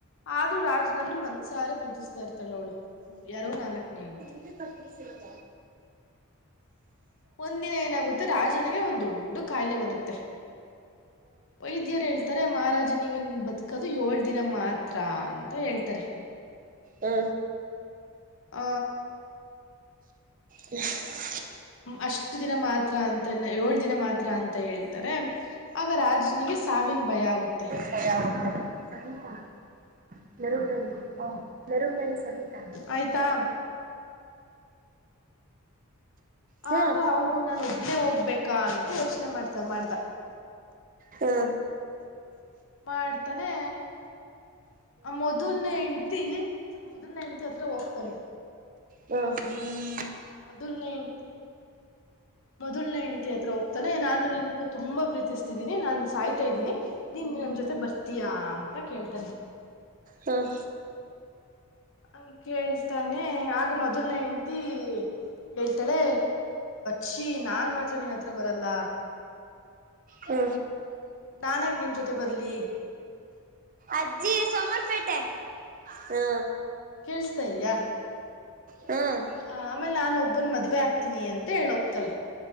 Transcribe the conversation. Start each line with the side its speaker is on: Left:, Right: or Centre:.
Left: ಆದ್ರೂ ರಾಜನನ್ನು ಮನ್ಸಾರ ಪ್ರೀತಿಸ್ತಾ ಇರ್ತಾಳ ಅವಳು ಎರಡು ನಾಲ್ಕನೇಂತಿ
Right: ನಿ ತಪ್ಪತ
Left: ಒಂದಿನ ಏನಾಗುತ್ತೆ ರಾಜನಿಗೆ ಒಂದ್ ದೊಡ್ಡ ಕಾಯಿಲೆ ಬರುತ್ತೆ ವೈದ್ಯರು ಹೇಳ್ತಾರೆ ಮಹಾರಾಜ ನೀವನ್ ಬದುಕೋದು ಏಳ್ ದಿನ ಮಾತ್ರ ಅಂತ ಹೇಳ್ತಾರೆ
Right: ಹಾ
Left: ಆ
Right: ಹ
Left: ಅಷ್ಟು ದಿನ ಮಾತ್ರ ಅಂತ ಏಳು ದಿನ ಮಾತ್ರ ಅಂತ ಹೇಳ್ತಾರೆ ಆಗ ರಾಜನಿಗೆ ಸಾವಿನ ಭಯ ಆಗುತ್ತೆ
Right: ಭಯ ಆಗುತ್ತೆ ಸರಿಿತಾ ನೆರುಮಣಿ ನೆರುಮಣಿ ಸವಿತಾ
Left: ಆಯ್ತಾ
Right: ಹೂ
Left: ಆಗ ಅವರು ನಾನು ಒಬ್ನೇ ಹೋಗ್ಬೇಕಾ ಅಂತ ಯೋಚನೆ ಮಾಡ್ತಾ ಮಾಡ್ದ
Right: ಹೂ
Left: ಮಾಡ್ತಾನೆ ಆ ಮೊದಲ್ನ ಹೆಂಡ್ತಿ ಮೊದಲ್ನ ಹೆಂಡ್ತಿ ಹತ್ರ ಹೋಗ್ತಾನೆ
Right: ಹ ಹ
Left: ಮೊದಲ್ನೇ ಹೆಂಡ್ತಿ ಮೊದಲ್ನೇ ಹೆಂಡ್ತಿ ಹತ್ರ ತಾನೆ ನಾನು ನಿನ್ನನ್ನು ತುಂಬಾ ಪ್ರೀತಿಸ್ತಿದ್ದೀನಿ ನಾನ್ ಸಾಯ್ತಾ ಇದ್ದೀನಿ ನೀನ್ ನಮ ಜೊತೆ ಬರ್ ಯಾ ಅಂತ ಕೇಳ್ತಾನೆ
Right: ಹಾಂ
Left: ಹಾಂಗ್ ಕೇಳ್ತಾನೆ ಆಗ ಮೊದಲ್ನ ಹೆಂಡ್ತಿ ಹೇಳ್ತಾಳೆ ಚಿ ನಾನ್ ಮಾತ್ರ ನಿನ್ ಹತ್ರ ಬರಲ್ಲ
Right: ಹೂ
Left: ನಾನ್ಕ ನಿನ್ ಜೊತೆ ಬರ್ಲಿ
Right: ಅಜ್ಜಿ ಸಮರ್ಪೇಟೆ ಹೂ
Left: ಕೇಳಳ್ಸ್ತಾ ಇದ್ಯಾ
Right: ಹ್ಮ್
Left: ಆ ಆಮೇಲೆ ನಾನ ಒಬ್ಬನ್ ಮದ್ವೆ ಆಕ್ತೀನಿ ಅಂತ ಹೇಳೋಗ್ತಾಳೆ